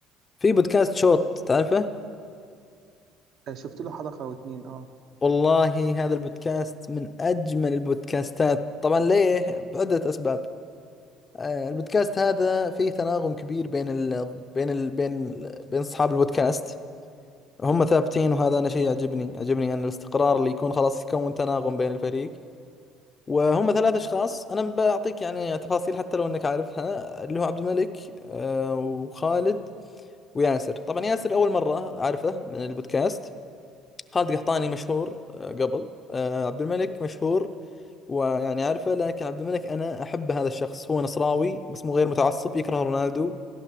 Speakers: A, on the left; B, on the right.
A: في بودكاست شوت تعرفه
B: آه، شفت له حلقة أو اتنين اه
A: والله هذا البودكاست من اجمل البودكاستات طبعا ليه بعدة اسباب آه، البودكاست هذا فيه تناغم كبير بين ال... بين ال... بين ال... بين اصحاب البودكاست هم ثابتين وهذا انا شيء يعجبني يعجبني ان الاستقرار اللي يكون خلاص يكون تناغم بين الفريق وهم ثلاث اشخاص انا بعطيك يعني تفاصيل حتى لو انك عارفها اللي هو عبد الملك آه، وخالد وياسر طبعا ياسر اول مره اعرفه من البودكاست خالد قحطاني مشهور آه، قبل آه، عبد الملك مشهور ويعني عارفه لكن عبد الملك انا احب هذا الشخص هو نصراوي بس مو غير متعصب يكره رونالدو